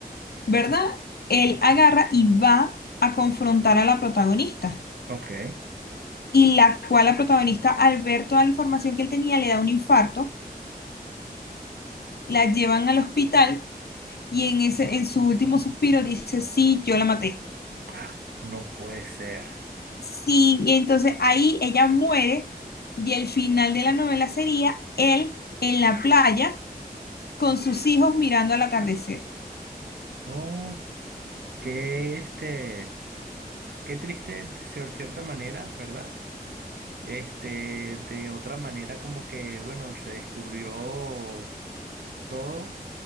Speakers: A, on the left (about 75°); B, on the right (about 85°).
A: ¿verdad? Él agarra y va a confrontar a la protagonista.
B: Ok.
A: y la cual la protagonista, al ver toda la información que él tenía, le da un infarto, la llevan al hospital y en ese, en su último suspiro dice, sí, yo la maté.
B: Ah, no puede ser.
A: Sí, y entonces ahí ella muere y el final de la novela sería él en la playa con sus hijos mirando al atardecer.
B: Oh, qué este, qué triste de cier- cierta manera, ¿verdad? Este, de otra manera como que, bueno, se descubrió. todo,